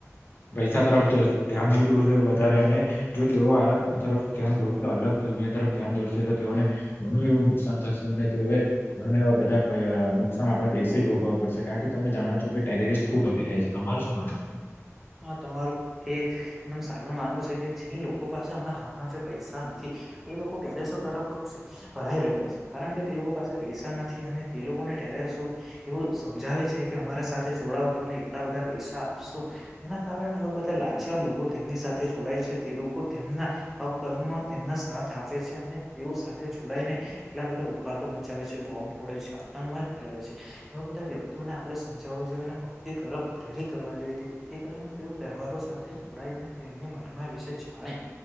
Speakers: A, on the left; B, in the centre.
A: પૈસા તરફ ધ્યાન નહીં દોર વધારે અને જો તેઓ આ તરફ ધ્યાન દોરતા અલગ તરફ ધ્યાન દોરશે તો તેઓને ઘણું એવું નુકસાન થશેને તે ઘણા એવા બધા નુકસાન આપણા દેશ જ ભોગવવું પડશે કારણ કે તમે જાણો છો કે ટેરેરિસ્ટ ખુબ વધી રહે છે તમાર શું માનું છે
B: હા તમારું એ એકદમ સાજું માનવું છે કે જે લોકો પાસે હમણાં હાલમાં જે પૈસા નથી તે લોકો ટેરેસો તરફ ભરાઈ રહ્યા છે કારણ કે તે લોકો પાસે પૈસા નથી અને તે લોકોને ઠરું એવું સમજાવે છે કે અમારા સાથે જોડાવો તમને એટલા બધા પૈસા આપશું તેના કારણે એવા બધા લાચાર લોકો તેમની સાથે જોડાય છે તે તેમના અકરણમાં તેમના સાથ આપે છે અને તેઓ સાથે જોડાઈને એટલા બધા ઉત્પાદ મચાવે છે બોમ્બ ફોડે છે આતંકવાદ ફેલાવે છે એ બધા વ્યક્તિઓને આપણેે સમજાવવાો જોઈએ ને ભક્તિ તરફ પ્રેરિત કરવા જોઈએ કે જેથી કરીને તેઓ તહેવારો સાથે જોડાય અને તેમની મનમા વિશે જાણે